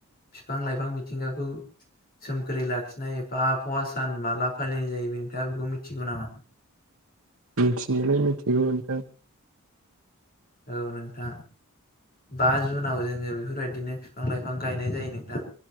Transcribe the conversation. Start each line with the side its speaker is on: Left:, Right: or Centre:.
Left: बिफां लाइफां मिथिंगाखौ। सोमखोरै लाखिनाय एफा आबहावा सान माला फालिनाय जायो नोंथाङा बेखौ मिथिगौ नामा?
Right: मिथिनायलाय मिथिगौमोन नोंथां।
Left: औ नोंथां बा जुनाव जोङो बेफोरबायदिनो बिफां लाइफां गायनाय जायो नोंथां